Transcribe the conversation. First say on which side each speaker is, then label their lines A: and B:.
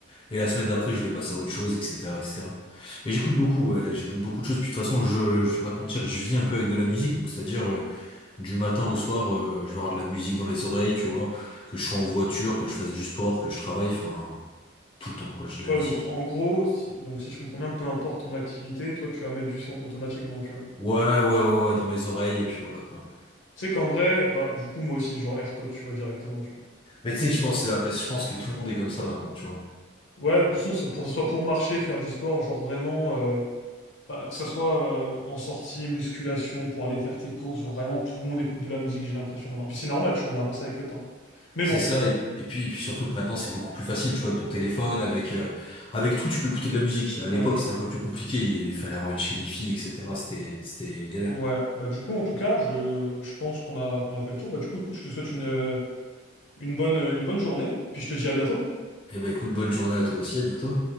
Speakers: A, on the left; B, on the left.
A: et la semaine d'après, je vais passer à autre chose, etc., etc. Mais j'écoute beaucoup, ouais, j'écoute beaucoup de choses, puis de toute façon, je, je vais pas te mentir, je vis un peu avec de la musique, donc c'est-à-dire, euh, du matin au soir, euh, je vais avoir de la musique dans les oreilles, tu vois, que je sois en voiture, que je fasse du sport, que je travaille, enfin, tout le temps, quoi, j'ai de
B: Ouais,
A: la musique.
B: donc en gros, si, donc si je comprends bien, peu importe ton activité, toi tu vas mettre du son automatiquement, tu vois.
A: Ouais, ouais, ouais, ouais, dans mes oreilles, et puis voilà, quoi.
B: Tu sais qu'en vrai, bah du coup moi aussi, genre AirPod, tu vois, directement, tu vois.
A: Mais tu sais, je pense, que c'est la- je pense que tout le monde est comme ça maintenant, tu vois.
B: Ouais, de toute façon, c'est pour, que ce soit pour marcher, faire du sport, genre vraiment, euh, bah, que ça soit euh, en sortie, musculation, pour aller faire tes courses, genre vraiment tout le monde écoute de la musique, j'ai l'impression maintenant. Puis c'est normal, tu vois, on avance avec le temps. Mais
A: C'est
B: bon,
A: ça, et, et puis, et puis surtout que maintenant c'est beaucoup plus facile, tu vois, avec ton téléphone, avec, euh, avec tout, tu peux écouter de la musique. À
B: ouais,
A: l'époque c'était un peu plus compliqué, il fallait avoir une chaîne hi etc. C'était, c'était galère.
B: ouais. Bah du coup, en tout cas, je, je pense qu'on a, qu'on a fait le tour. Bah du coup, écoute, je te souhaite une, euh, une bonne, une bonne journée, puis je te dis à bientôt.
A: Eh ben écoute, bonne journée à toi aussi, à bientôt.